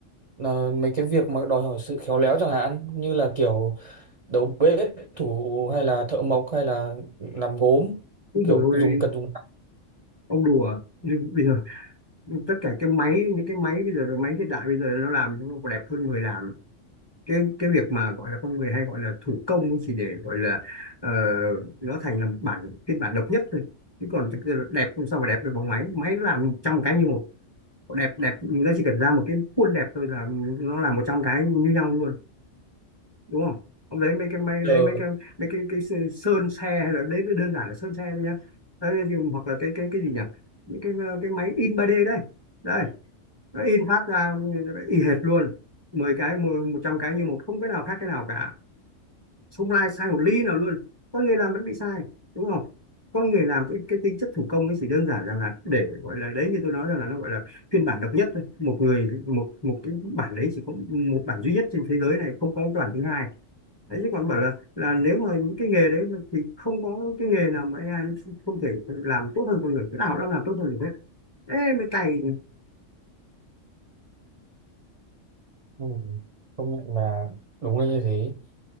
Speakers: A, on the right (about 40°); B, on the left (about 25°).
A: là mấy cái việc mà đòi hỏi sự khéo léo chẳng hạn như là kiểu đầu bếp thủ hay là thợ mộc hay là làm gốm
B: Úi
A: kiểu
B: dồi
A: dùng
B: ôi
A: cần dùng
B: ông đùa Nhưng bây giờ tất cả cái máy những cái máy bây giờ cái máy hiện đại bây giờ nó làm nó còn đẹp hơn người làm cái cái việc mà gọi là con người hay gọi là thủ công ấy chỉ để gọi là ờ, nó thành là một bản phiên bản độc nhất thôi chứ còn thực ra là đẹp không sao mà đẹp được bằng máy máy nó làm trăm cái như một đẹp đẹp nó chỉ cần ra một cái khuôn đẹp thôi là nó làm một trăm cái như nhau luôn đúng không ông đấy mấy cái máy
A: giờ
B: đấy mấy cái mấy cái cái sơ- sơn xe hay là đấy mới đơn giản là sơn xe thôi nhá đấy, thì- hoặc là cái cái cái gì nhỉ mấy cái ờ, cái máy in 3D đây đây nó in phát ra y hệt luôn mười cái một trăm cái như một không cái nào khác cái nào cả không ai sai một ly nào luôn con người làm vẫn bị sai đúng không con người làm cái cái tính chất thủ công ấy chỉ đơn giản rằng là để gọi là đấy như tôi nói rằng là nó gọi là phiên bản độc nhất thôi một người một một cái bản đấy chỉ có một bản duy nhất trên thế giới này không có cái bản thứ hai đấy chứ còn bảo là là nếu mà những cái nghề đấy mà thì không có cái nghề nào mà AI nó không thể làm tốt hơn con người cái nào cũng làm tốt hơn được hết ê mấy cày
A: ừ. công nhận là đúng là như thế